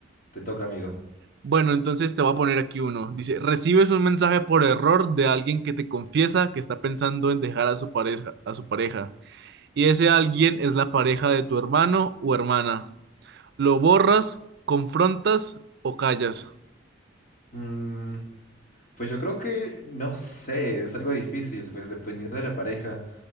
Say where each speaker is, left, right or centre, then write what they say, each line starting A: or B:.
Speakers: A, on the left; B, on the right.
A: Te toca, amigo.
B: Bueno, entonces te voy a poner aquí uno. Dice, recibes un mensaje por error de alguien que te confiesa que está pensando en dejar a su pareja, a su pareja, y ese alguien es la pareja de tu hermano o hermana. ¿Lo borras, confrontas o callas?
A: Mm, pues yo creo que, no sé, es algo difícil, pues dependiendo de la pareja.